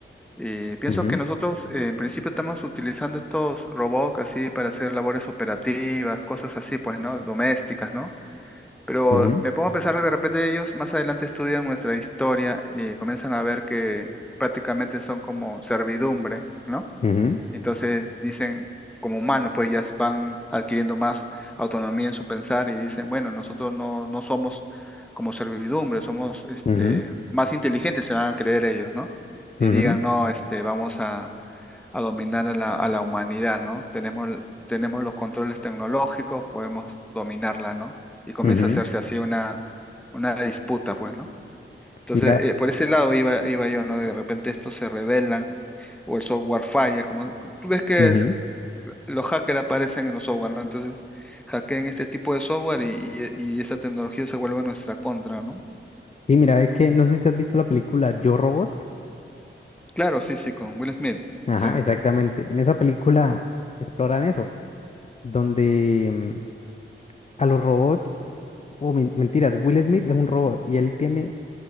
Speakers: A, in the centre; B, on the left (about 30°).
A: Y pienso
B: Ujú,
A: que nosotros, eh, en principio, estamos utilizando estos robots así para hacer labores operativas, cosas así, pues, ¿no? Domésticas, ¿no? Pero
B: ujú,
A: me pongo a pensar que de repente ellos más adelante estudian nuestra historia y comienzan a ver que prácticamente son como servidumbre, ¿no?
B: ujú,
A: Entonces dicen, como humanos, pues ya van adquiriendo más autonomía en su pensar y dicen, bueno, nosotros no, no somos como servidumbre, somos este,
B: ujú,
A: más inteligentes, se van a creer ellos, ¿no? Y
B: ujú,
A: digan, no, este, vamos a, a dominar a la, a la humanidad, ¿no? Tenemos, tenemos los controles tecnológicos, podemos dominarla, ¿no? Y comienza
B: ujú.
A: a hacerse así una, una disputa, pues, ¿no? Entonces,
B: Mira,
A: eh, por ese lado iba, iba yo, ¿no? De repente estos se rebelan o el software falla, como tú ves que
B: ujú.
A: es- los hackers aparecen en los software, ¿no? Entonces, hackean este tipo de software y, y, y esa tecnología se vuelve nuestra contra, ¿no?
B: Sí, mira, es que no sé si te has visto la película Yo Robot.
A: Claro, sí, sí, con Will Smith,
B: Ajá,
A: sí,
B: exactamente. En esa película exploran eso, donde mm, a los robots, o men- mentiras, Will Smith es un robot y él tiene